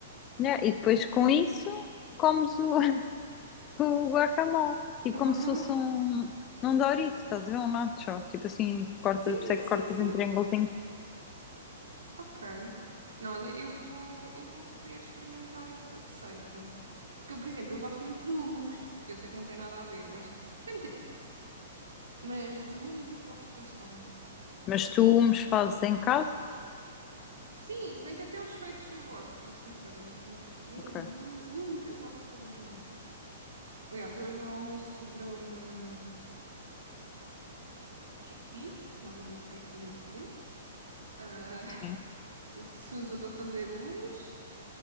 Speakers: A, on the left; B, on the right.
A: Né? E depois com isso comes o, <laughs> o guacamole, tipo
B: Um
A: como
B: guacamole.
A: se fosse
B: <laughs>
A: um, um Dorito, estás a ver? Um nacho, tipo assim, corta,
B: Sim,
A: por
B: sim,
A: isso é que
B: sim,
A: cortas
B: sim.
A: em triângulos
B: Ok. Não, olha, eu vou, eu vou querer experimentar essa receita. Porque, eu, por exemplo, eu gosto muito de hummus. Eu sei que não tem nada a ver, mas tem um bocadinho. Mas de hummus eu gosto bastante.
A: Mas tu
B: Com...
A: os fazes em casa?
B: Sim, se bem que até os feitos eu gosto, sou sincera, não sou muito...
A: Ok,
B: Os hum- hummus eu gosto de todas as maneiras. Aliás, hoje ao almoço sobrou-me chickpeas, não me lembro como é que se diz em português. Ah, <laughs>
A: Sim.
B: o que se usa para fazer o hummus.